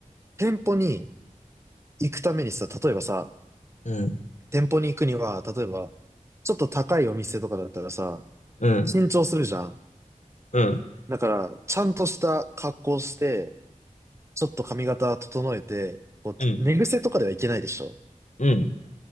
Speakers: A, on the right (about 20°); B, on the left (about 60°).
A: 店舗に行くためにさ、例えばさ、
B: うん。
A: 店舗に行くには、例えば、ちょっと高いお店とかだったらさ、
B: うん、
A: 緊張するじゃん。
B: うん、
A: だから、ちゃんとした格好して、ちょっと髪型整えて、こう、
B: うん。うん。
A: 寝癖とかではいけないでしょ。
B: うん。